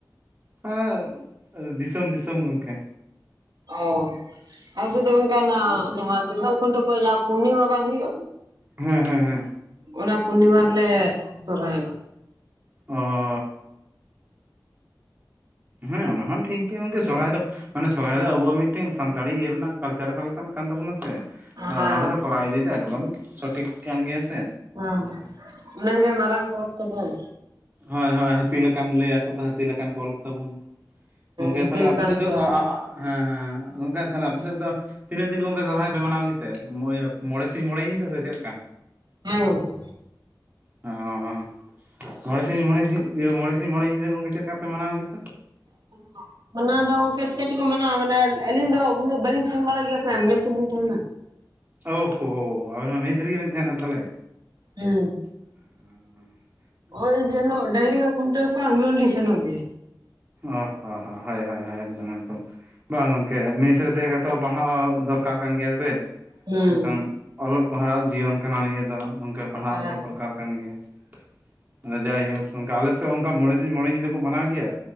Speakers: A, on the right (about 25°); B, on the right (about 60°).
A: ᱦᱮ ᱫᱤᱥᱚᱢ ᱫᱤᱥᱚᱢ ᱜᱚᱝᱠᱮ
B: ᱚ ᱟᱞᱮ ᱥᱮᱫ ᱫᱚ ᱜᱚᱢᱠᱮ ᱚᱱᱟ ᱡᱟᱸᱦᱟ ᱫᱤᱥᱚᱢ ᱠᱷᱩᱱᱴᱟᱣ ᱠᱚ ᱡᱟ ᱯᱩᱨᱱᱤᱢᱟ ᱵᱟᱝ ᱦᱩᱭᱩᱜᱼᱟ
A: ᱦᱮᱸ ᱦᱮᱸ ᱦᱮᱸ
B: ᱚᱱᱟ ᱯᱩᱨᱱᱤᱢᱟ ᱨᱮᱞᱮ ᱥᱚᱨᱚᱦᱟᱭᱚᱜᱼᱟ᱾
A: ᱚ ᱦᱮᱸ ᱚᱱᱟ ᱦᱚᱸ ᱴᱷᱤᱠ ᱜᱮᱭᱟ ᱜᱚᱝᱠᱮ ᱥᱚᱨᱦᱟᱭ ᱫᱚ᱾ ᱢᱟᱱᱮ ᱥᱚᱨᱦᱟᱭ ᱫᱚ ᱟᱵᱚᱣᱟᱜ ᱢᱤᱫᱴᱮᱱ ᱥᱟᱱᱛᱟᱲᱤ ᱤᱭᱟᱹ ᱨᱮᱱᱟᱜ ᱠᱟᱞᱪᱟᱨ ᱞᱮᱠᱟᱱᱟᱜ ᱠᱟᱱ ᱛᱟᱵᱚᱱᱟ ᱥᱮ᱾ ᱟᱫᱚ
B: ᱦᱮᱸ
A: ᱚᱱᱟ ᱠᱚᱫᱚ ᱠᱚᱨᱟᱣ ᱤᱫᱤ ᱫᱚ ᱮᱠᱫᱚᱢ ᱥᱚᱴᱷᱤᱠ ᱠᱟᱱ ᱜᱮᱭᱟ ᱥᱮ
B: ᱦᱮᱸ ᱚᱱᱟ ᱜᱮ ᱢᱟᱨᱟᱝ ᱯᱚᱨᱚᱵᱽ ᱛᱟᱵᱚᱱ᱾
A: ᱦᱳᱭ ᱦᱳᱭ ᱦᱟᱹᱛᱤ ᱞᱮᱠᱟᱱ ᱞᱟᱹᱭᱟᱠᱚ ᱦᱟᱹᱛᱤ ᱞᱮᱠᱟᱱ ᱯᱚᱨᱚᱵᱽ ᱛᱟᱵᱚᱱ᱾ ᱜᱚᱝᱠᱮ
B: ᱦᱟᱹᱛᱤ
A: ᱛᱟᱦᱚᱞᱮ
B: ᱞᱮᱠᱟᱱ
A: ᱟᱯᱮ ᱥᱮᱫ ᱫᱚ
B: ᱥᱚᱨᱦᱟᱭ
A: ᱦᱮᱸ ᱦᱮᱸ ᱜᱚᱝᱠᱮ ᱛᱟᱦᱚᱞᱮ ᱟᱯᱮ ᱥᱮᱫ ᱫᱚ ᱛᱤᱱᱟᱹᱜ ᱫᱤᱱ ᱜᱚᱝᱠᱮ ᱥᱚᱨᱦᱟᱭ ᱯᱮ ᱢᱟᱱᱟᱣ ᱠᱮᱫ ᱛᱮ, ᱢᱚᱬᱮ ᱥᱤᱧ ᱢᱚᱬᱮ ᱧᱤᱫᱟᱹ ᱥᱮ ᱪᱮᱫ ᱞᱮᱠᱟ
B: ᱦᱮᱸ ᱜᱚᱢᱠᱮ᱾
A: <unintelligible> ᱢᱚᱬᱮ ᱥᱤᱧ, ᱥᱤᱧ ᱢᱚᱬᱮ ᱧᱤᱫᱟᱹ ᱜᱚᱝᱠᱮ ᱪᱮᱫ ᱞᱮᱠᱟ ᱯᱮ ᱢᱟᱱᱟᱣ ᱠᱮᱫᱛᱮ᱾
B: <unintelligible> ᱚᱱᱟ ᱫᱚ ᱜᱚᱝᱠᱮ ᱪᱮᱫ ᱞᱮᱠᱟ‌ ᱪᱚᱠᱚ ᱢᱟᱱᱟᱣ, ᱢᱟᱱᱮ ᱟᱹᱞᱤᱧ ᱫᱚ ᱩᱱᱟᱹᱜ ᱵᱟᱹᱞᱤᱧ ᱥᱮᱱ ᱵᱟᱲᱟᱭ ᱜᱮᱭᱟ ᱥᱮ ᱢᱮᱥ ᱨᱮᱞᱤᱧ ᱛᱟᱦᱮᱱᱟ᱾
A: ᱚ ᱦᱚᱸ᱾ ᱟᱵᱮᱱ ᱦᱚᱸ ᱢᱮᱥ ᱨᱮᱜᱮ ᱵᱮᱱ ᱛᱟᱦᱮᱱᱟ ᱛᱟᱦᱚᱞᱮ
B: ᱦᱮᱸ
A: <unintelligible>
B: ᱳᱭ ᱡᱮ ᱦᱤᱞᱳᱜ ᱰᱟᱝᱨᱤ ᱠᱚ ᱠᱷᱩᱱᱴᱟᱹᱣ ᱠᱚᱣᱟ ᱮᱱ ᱦᱤᱞᱳᱜ ᱞᱤᱧ ᱥᱮᱱᱚᱜ ᱜᱮᱭᱟ᱾
A: ᱚ ᱦᱚᱸ ᱦᱚᱸ ᱦᱳᱭ ᱦᱳᱭ ᱮᱠᱫᱚᱢ ᱮᱠᱫᱚᱢ ᱵᱟᱝ ᱜᱚᱝᱠᱮ ᱢᱮᱥ ᱨᱮ ᱛᱟᱦᱮᱸ ᱠᱟᱛᱮᱫ ᱦᱚᱸ ᱯᱟᱲᱦᱟᱣ ᱫᱚᱨᱠᱟᱨ ᱠᱟᱱ ᱜᱮᱭᱟ ᱥᱮ
B: ᱦᱮᱸ
A: ᱢᱤᱫᱴᱟᱝ ᱚᱞᱚᱜ ᱯᱟᱲᱦᱟᱣᱟᱜ ᱡᱤᱭᱚᱱ ᱠᱟᱱᱟ᱾ ᱱᱤᱭᱟᱹ ᱫᱚ ᱜᱚᱝᱠᱮ ᱯᱟᱲᱦᱟᱣ
B: ᱦᱮᱸ
A: ᱫᱚ ᱫᱚᱨᱠᱟᱨ ᱠᱟᱱ ᱜᱮᱭᱟ᱾ᱟᱫᱚ ᱡᱟᱭᱦᱳᱠ ᱟᱞᱮ ᱥᱮᱫ ᱦᱚᱸ ᱚᱱᱠᱟ ᱢᱚᱬᱮ ᱥᱤᱧ ᱢᱚᱬᱮ ᱧᱤᱫᱟᱹ ᱠᱚ ᱢᱟᱱᱟᱣ ᱜᱮᱭᱟ